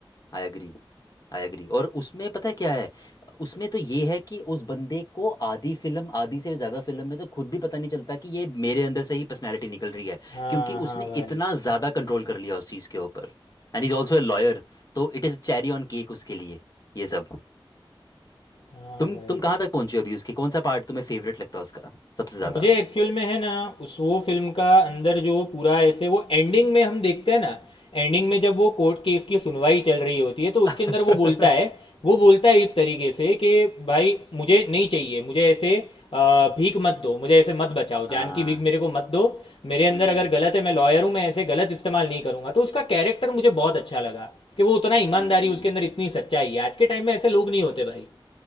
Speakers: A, on the left; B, on the left.
A: I agree आई एग्री और उसमें पता है क्या है उसमें तो ये है कि उस बंदे को आधी फिल्म आधी से ज़्यादा फिल्म में तो खुद भी पता नहीं चलता कि ये मेरे अंदर से ही पर्सनैलिटी निकल रही है
B: हाँ
A: क्योंकि
B: हाँ
A: उसने
B: भाई
A: इतना ज़्यादा कंट्रोल कर लिया उस चीज़ के ऊपर And is also a lawyer तो it is cherry on cake उसके लिए ये सब
B: हाँ
A: तुम
B: भाई
A: तुम कहाँ तक पहुँचे हो अभी उसके कौन सा पार्ट तुम्हें फेवरेट लगता है उसका सबसे ज़्यादा
B: मुझे एक्चुअल में है ना उस वो फिल्म का अंदर जो पूरा ऐसे वो एंडिंग में हम देखते हैं ना एंडिंग में जब वो कोर्ट केस की सुनवाई चल रही होती है तो उसके अंदर
A: <laughs>
B: वो बोलता है वो बोलता है इस तरीके से कि भाई मुझे नहीं चाहिए मुझे ऐसे अ, भीख मत दो मुझे ऐसे मत बचाओ
A: हाँ
B: जान की भीख मेरे को मत दो मेरे अंदर
A: हम्म
B: अगर गलत है मैं लॉयर हूँ मैं ऐसे गलत इस्तेमाल नहीं करूंगा तो उसका कैरेक्टर मुझे बहुत अच्छा लगा कि वो उतना ईमानदारी
A: हम्म
B: उसके अंदर इतनी सच्चाई है आज के टाइम में ऐसे लोग नहीं होते भाई